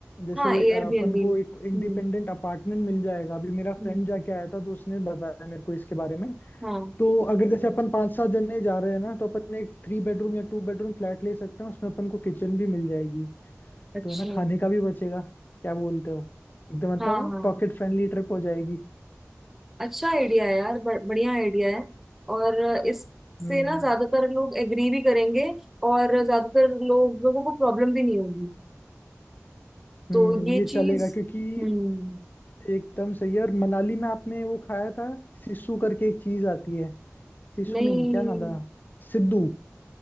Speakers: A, on the left (about 40°); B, in the centre.
A: जैसे
B: हाँ एयरबीएनबी
A: अ, अपन को
B: में
A: एक इंडिपेंडेंट
B: हम्म
A: अपार्टमेंट मिल जाएगा अभी मेरा
B: हम्म
A: फ्रेंड जाके आया था तो उसने बताया मेरे को इसके बारे में
B: हाँ
A: तो अगर जैसे अपन पांच सात जने जा रहे हैं ना तो अपन एक थ्री बेडरूम या टू बेडरूम फ्लैट ले सकते हैं उसमें अपन को किचन भी मिल जाएगी
B: अच्छा
A: तो है ना खाने का भी बचेगा क्या बोलते हो एकदम मतलब
B: हाँ हाँ
A: पॉकेट फ्रेंडली ट्रिप हो जाएगी
B: अच्छा आइडिया है यार ब- बढ़िया आइडिया है और इससे
A: हम्म
B: ना ज्यादातर लोग एग्री भी करेंगे और ज्यादातर लोग लोगों को प्रॉब्लम भी नहीं होगी
A: हम्म
B: तो ये
A: ये
B: चीज
A: चलेगा क्योंकि
B: हम्म
A: एकदम सही है और मनाली में आपने वो खाया था सिसु करके एक चीज आती है सिसु
B: नहीं
A: नहीं क्या नाम था सिद्धू